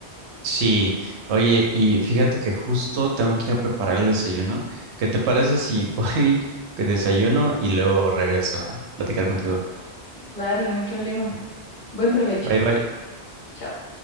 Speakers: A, on the right; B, on the left.
A: Sí, oye, y fíjate que justo tengo que ir a preparar el desayuno. ¿Qué te parece si voy, <laughs> que desayuno y luego regreso a platicar contigo?
B: Claro, no hay problema. Buen provecho.
A: Bye bye.
B: Chao.